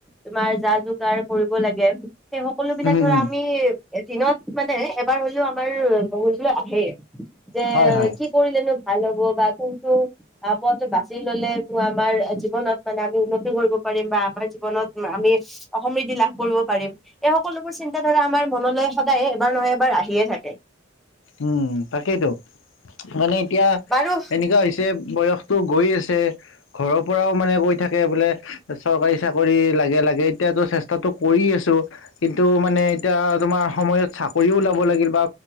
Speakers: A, in the centre; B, on the left.
A: তোমাৰ যা যোগাৰ কৰিব লাগে সেই- সকলোবিলাক
B: উম
A: ধৰা
B: উম
A: আমি দিনত মানে এবাৰ হলেও আমাৰ মগজুলৈ আহেই। যে
B: হয় হয়
A: কি কৰিলেনো ভাল হ'ব বা কোনটো। আহ পথটো বাচি ললে আমাৰ জীৱনত মানে আমি উন্নতি কৰিব পাৰিম বা আমাৰ জীৱনত। উম আমি। সমৃদ্ধি লাভ কৰিব পাৰিম, এই সকলোবোৰ চিন্তাধাৰা আমাৰ মনলৈ সদায়ে এবাৰ নহয় এবাৰ আহিয়ে থাকে।
B: উম তাকেইতো মানে এতিয়া
A: বাৰু
B: এনেকুৱা হৈছে। বয়সটো গৈ আছে ঘৰৰ পৰাও মানে গৈ থাকে বোলে। চৰকাৰী চাকৰি লাগে লাগে এতিয়াতো চেষ্টাতটো কৰি আছো। কিন্তু মানে এতিয়া তোমাৰ সময়ত চাকৰিও ওলাব লাগিল বা।